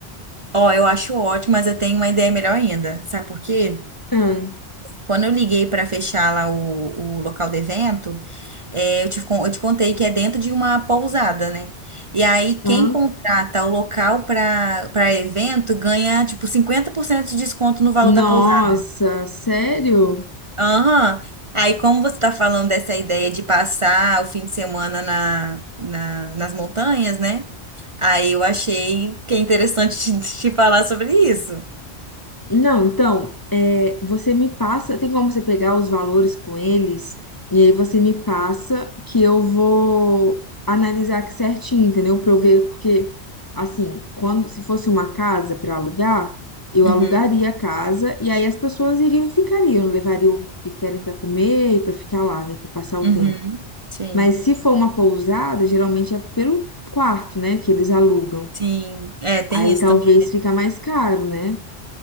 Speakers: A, on the right; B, on the left.
A: Ó, eu acho ótimo, mas eu tenho uma ideia melhor ainda. Sabe por quê?
B: Hã?
A: Quando eu liguei para fechar lá o, o local do evento, é, eu te, con- eu te contei que é dentro de uma pousada, né? E aí, quem
B: Hã?
A: contrata o local para para evento ganha, tipo, 50% de desconto no valor
B: Nossa,
A: da pousada.
B: sério?
A: Aham. Aí, como você está falando dessa ideia de passar o fim de semana na, na- nas montanhas, né? Aí eu achei que é interessante <laughs> te, te falar sobre isso.
B: Não, então, é, você me passa, tem como você pegar os valores com eles, e aí você me passa que eu vou analisar aqui certinho, entendeu? Pra eu ver, porque, assim, quando se fosse uma casa para alugar, eu
A: Uhum,
B: alugaria a casa, e aí as pessoas iriam e ficariam, levariam o que querem para comer e para ficar lá, né, para passar o
A: uhum.
B: tempo.
A: Sim,
B: Mas se for uma pousada, geralmente é pelo quarto, né, que eles alugam.
A: sim. É, tem
B: Aí
A: isso
B: talvez
A: também.
B: fica mais caro, né?